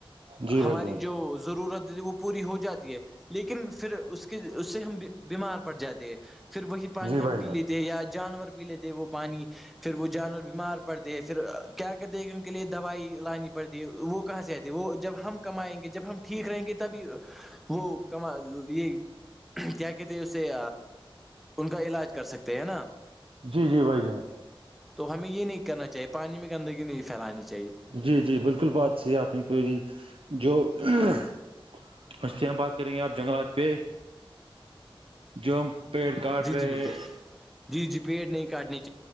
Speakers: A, on the right; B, in the centre.
A: جی بھائی
B: ہماری
A: جان
B: جو ضرورت ہے وہ پوری ہو جاتی ہے لیکن پھر اس کے اس سے ہم بیمار پڑ جاتے ہیں پھر وہی پانی
A: جی بھائی
B: ہم پی
A: جان
B: لیتے ہیں یا جانور پی لیتے وہ پانی پھر وہ جانور بیمار پڑتے ہیں پھر کیا کرتے کیونکہ لیے دوائی لانی پڑتی ہے وہ کہاں سے آتی ہے وہ جب ہم کمائیں گے جب ہم ٹھیک رہیں گے تب وہ کم یہ کیا کہتے ہیں اسے ان کا علاج کر سکتے ہیں نا
A: جی جی بھائی جان
B: تو ہمیں یہ نہیں کرنا چاہیے پانی میں گندگی نہیں پھیلانی چاہیے
A: جی جی بالکل بات سہی آپ نے کہی جو <inaudible> کریں گے آپ جنگلات پہ جو ہم پیڑ کاٹ
B: جی
A: رہے
B: جی بالکل جی جی پیڑ نہیں کاٹنے کی